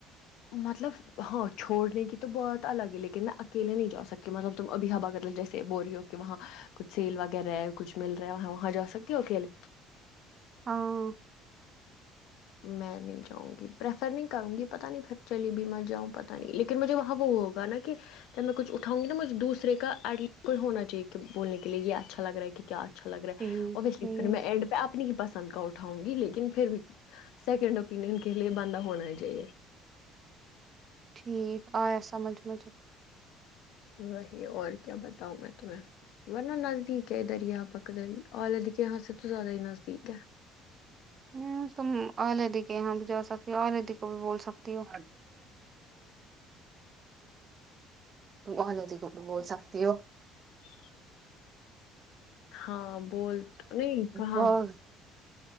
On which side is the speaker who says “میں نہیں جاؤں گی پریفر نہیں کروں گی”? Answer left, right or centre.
Left